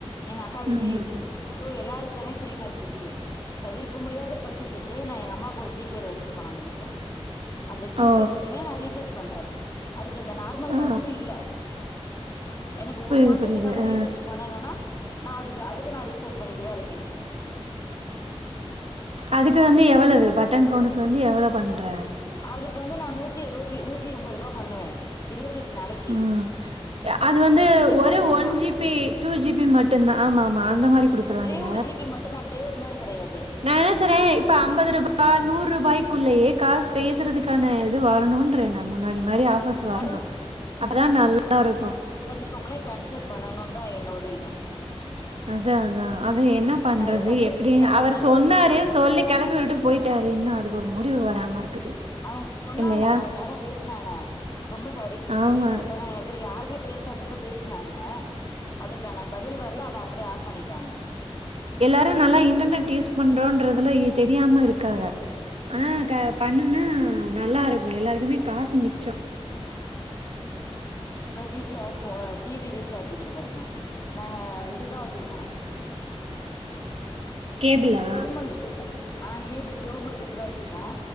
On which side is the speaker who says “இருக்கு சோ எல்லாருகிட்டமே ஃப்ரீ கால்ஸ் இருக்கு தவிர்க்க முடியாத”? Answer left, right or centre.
Left